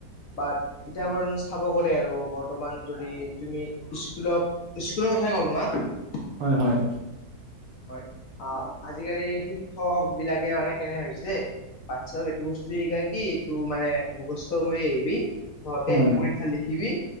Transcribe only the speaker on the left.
বাট ইতাবৰণ চাব গ'লে আৰু বৰ্তমান যদি তুমি স্কুলক স্কুলৰ কথাই কও তোমাক <unintelligible>
হয় অ আজিকালি শিক্ষক বিলাকে মানে কেনে হৈছে বাচ্ছা এইটো বস্তু শিকা কি এইটো মানে মুখস্থ কৰি আহিবি তহতে
এইটো পৰীক্ষা লিখিবি